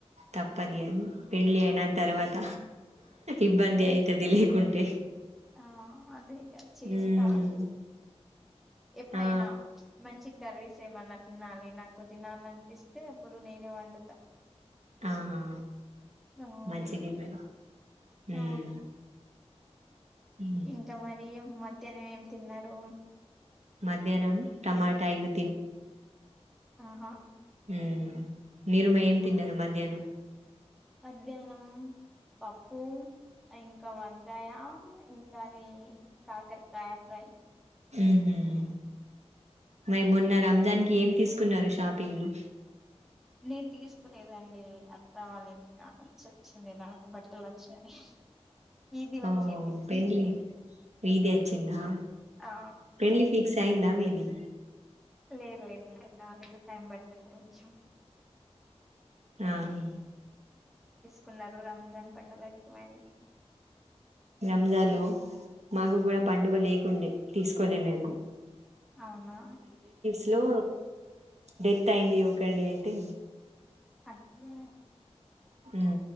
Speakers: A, on the right (about 80°); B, in the centre.
A: తప్పదు అది పెళ్లి అయిన తర్వాత ఇబ్బంది అయిత దిలీకుంటే
B: ఆ అదేగా చేస్తా
A: ఉమ్
B: ఎప్పుడైనా
A: ఆ
B: మంచి కర్రీస్ ఏమన్నా తినాలి నాకు తినాల అనిపిస్తే అప్పుడు నేనే వండుతా
A: ఆహా
B: ఆ
A: మంచిదే
B: లేకప్పు
A: మరి
B: ఆ
A: ఉమ్ ఉమ్
B: ఇంకా మరి మధ్యాహ్నం ఏం తిన్నారు
A: మధ్యాహ్నం టమాటా ఎగ్
B: ఆహా
A: ఉ నిరుమ ఏం తిన్నారు మధ్యాహ్నం
B: మధ్యాహ్నం పప్పు ఇంకా వంకాయ ఇంకా అది కాకరకాయ ఫ్రై
A: ఆ హ్మ్మ్ మరి మొన్న రంజాన్ ఏం తీసుకున్నారు షాపింగ్ లో
B: నేను తీసుకోలేదండి అత్త వాళ్ళ ఇంటి కాని వచ్చ వచ్చిందిదానికి బట్టలు వచ్చినాయి
A: <inaudible>
B: ఇది
A: ఓ
B: వచ్చింది
A: పెండ్లి ఇదే వచ్చిందా
B: ఆ
A: పెడ్లి ఫక్స్ ద మీది
B: లేదు లేదు ఇంకా కాలేదు టైం పడుతుంది కొంచెం
A: అవునా
B: కున్నారు రంజాన్ పండుగ వస్తున్నది
A: రంజాన్లో మాకు కూడా పండుగ లేకుండే తీసుకోలే మేము
B: అవునా
A: ఇలో డెత్ అయింది ఒకటి అయితే
B: అయో
A: ఉ